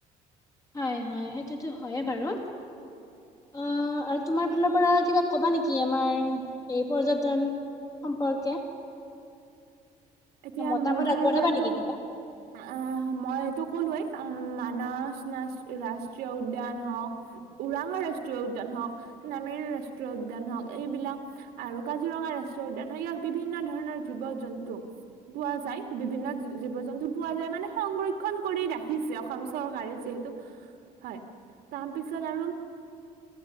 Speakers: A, on the left; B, on the right.
A: হয় হয়, সেইটোতো হয়য়ে বাৰু। অঁ' আৰু তোমাৰ ফালৰ পৰা কিবা কবা নেকি আমাৰ এই পৰ্যটন- সম্পৰ্কে-
B: এতিয়া
A: মতামত
B: মোৰ ফালৰ
A: আগবঢ়াবা
B: পৰাতো-
A: নেকি কিবা?
B: অঁ মইটো ক'লোৱেই মানচ নাচ ৰাজ- ষ্ট্ৰীয় উদ্যান হওক, ওৰাঙা ৰাষ্ট্ৰীয় উদ্যান হওক, নামেৰি ৰাষ্ট্ৰীয় উদ্যান হওক, - এইবিলাক আৰু কাজিৰঙা ৰাষ্ট্ৰীয় উদ্যান হওক, ইয়াক বিভিন্ন ধৰণৰ জীৱ জন্তু- পোৱা যায়, বিভিন্ন জীৱ জন্তু পোৱা যায় মানে সংৰক্ষণ- কৰি ৰাখিছে অসম চৰকাৰে যিহেতু হয়, তাৰপিছত আৰু-